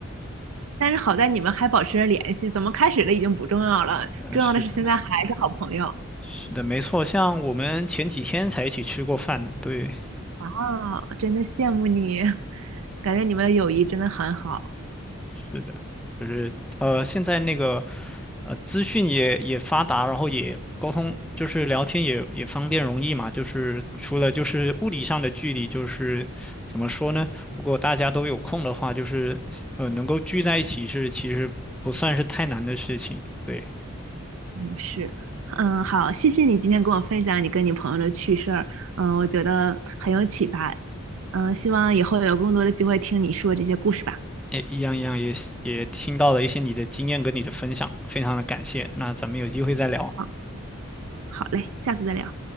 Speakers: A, on the right; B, in the centre.
A: 但是好在你们还保持着联系，怎么开始的已经不重要了，重要的是现在还是好朋友
B: 呃是的，是的，没错。像我们前几天才一起吃过饭，对，
A: 啊，真的羡慕你，感觉你们的友谊真的很好。
B: 是的，就是呃，现在那个呃，资讯也也发达，然后也沟通，就是聊天也也方便容易嘛。就是除了就是物理上的距离，就是怎么说呢？如果大家都有空的话，就是呃，能够聚在一起是其实不算是太难的事情。对，
A: 是，嗯，好，谢谢你今天跟我分享你跟你朋友的趣事儿，嗯，我觉得很有启发，嗯，希望以后有更多的机会听你说这些故事吧。
B: 哎，一样一样也也听到了一些你的经验跟你的分享，非常的感谢。那咱们有机会再聊。
A: 嗯，好嘞，下次再聊。